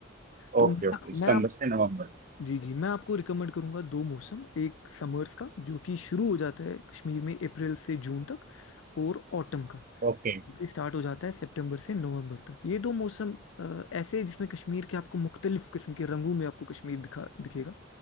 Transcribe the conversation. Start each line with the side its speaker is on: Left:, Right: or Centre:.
Left: तो
Right: okay
Left: मैं
Right: okay सितंबर
Left: मैं
Right: से नवंबर
Left: जी जी मैं आपको रिकमेंड करूंगा दो मौसम एक समर्स का जो कि शुरू हो जाता है कश्मीर में अप्रैल से जून तक और ऑटम का
Right: ओके
Left: जो कि स्टार्ट हो जाता है सितंबर से नवंबर तक ये दो मौसम अ, ऐसे हैं जिसमें कश्मीर के आपको मुख्तलिफ किस्म के रंगों में आपको कश्मीर दिखा दिखेगा